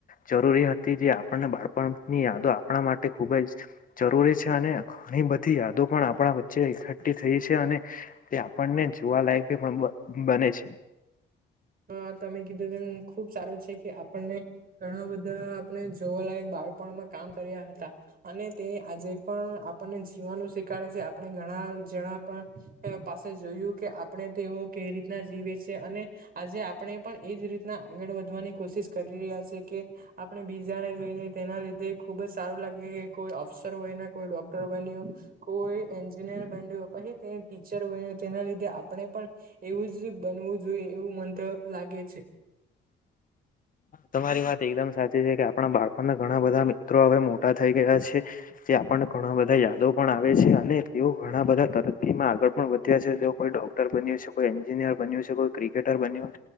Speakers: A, on the left; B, on the right.
A: જરૂરી હતી, જે આપણને બાળપણની યાદો આપણા માટે ખૂબજ જરૂરી છે, અને બધી, યાદો પણ આપણા વચ્ચે એકઠઠી થઈ છે. અને તે આપણને જોવાલાયક બી પણ બ બને છે.
B: હા, તમે કીધું એમ ખુબ સારો છે, કે આપણને ઘણા બધા જોવાલાયક બાળપણમાં કામ કર્યા હતા, અને તે આજે પણ આપનને જીવવાનું શી છે, આપણે ઘણા જણા પણ પાસે જોયું કે આપણે તેઓ કઈ રીતના જીવે છે છે, અને આજે આપણે પણ એજ રીતના આગળ વધવાની કોશિશ કરી રહ્યા છે, કે આપણે બીજાને જોઈને તેના લીધે ખુબજ સારુ લાગે, કે કોઈ અફસર બયને કોઈ ડોક્ટર બન્યું કોઈ એન્જિનિ પછી તે ટીચર બન તેના લીધે આપણે પણ એવુ, જ બનવું જોઈ તો લાગે છે.
A: તમારી વાત એકદમ સાચી છે કે આપણા બાળપણના ઘણા બધા મિત્રો હવે મોટા થઈ ગયા છે. આપણને ઘણા બધા યાદો પણ આવે છે, અને તેઓ ઘણા બધા તરક્કીમા આગળ પણ વધ્યા છે. તેઓ કોઈ ડો બન્યું છે, કોઈ એન્જિનિયર બન્યું છે, કોઈ ક્રિકેટર બન્યું